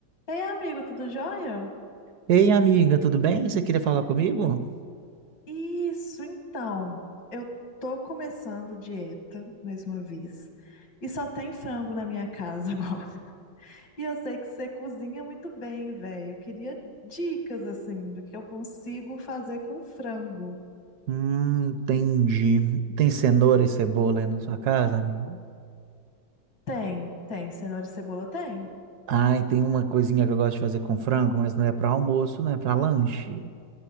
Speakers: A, on the left; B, on the right.
A: Ei, amigo, tudo jóia?
B: Ei, amiga, tudo bem? Você queria falar comigo?
A: Isso, então. Eu tô começando dieta, mais uma vez, e só tem frango na minha casa agora. <laughs> E eu sei que você cozinha muito bem, velho. Eu queria dicas, assim, do que eu consigo fazer com frango.
B: Hum, entendi. Tem cenoura e cebola aí na sua casa, amiga?
A: Tem, tem. Cenoura e cebola tem?
B: Ai, tem uma coisinha que eu gosto de fazer com frango, mas não é para almoço, não é para lanche.